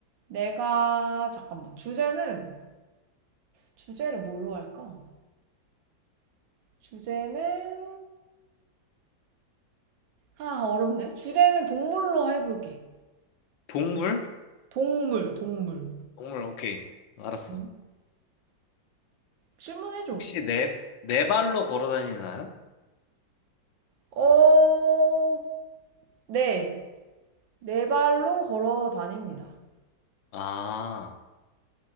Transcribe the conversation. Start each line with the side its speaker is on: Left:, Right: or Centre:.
Right: 내가 잠깐만 주제는 주제를 뭘로 할까? 주제는 아 어렵네. 주제는 동물로 해볼게.
Left: 동물?
Right: 동물, 동물.
Left: 동물, 오케이. 알았어.
Right: 응? 질문해줘.
Left: 혹시 네, 네 발로 걸어 다니나요?
Right: 어, 네. 네 발로 걸어 다닙니다.
Left: 아,